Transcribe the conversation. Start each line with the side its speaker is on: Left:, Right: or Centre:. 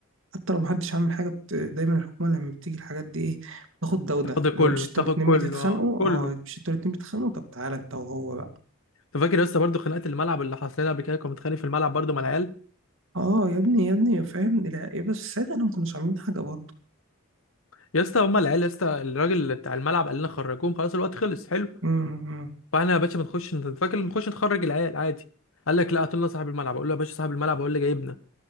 Right: حتى لو محدش عامل حاجة بت... دايما الحكومة لما بتيجي الحاجات دي ايه بتاخد ده وده
Left: تاخد كله
Right: لو مش
Left: تاخد
Right: انتوا الاتنين
Left: كله
Right: بتتخانقوا
Left: اه كله
Right: اه مش انتوا الاتنين بتتخانقوا طب تعالى انت وهو بقى
Left: انت فاكر يا اسطى برضه خناقه الملعب اللي حصلت لنا قبل كده كنا متخانق في الملعب برضه مع العيال
Right: اه يا ابني يا ابني فاهم لا يا بس السيدة انا ما كناش عاملين حاجه برضه
Left: يا اسطى هما العيال يا اسطى الراجل اللي بتاع الملعب قال لنا خرجوهم خلاص الوقت خلص حلو
Right: امم امم.
Left: فاحنا يا باشا بنخش انت فاكر بنخش نخرج العيال عادي قال لك لا هات لنا صاحب الملعب اقول له يا باشا صاحب الملعب هو اللي جايبنا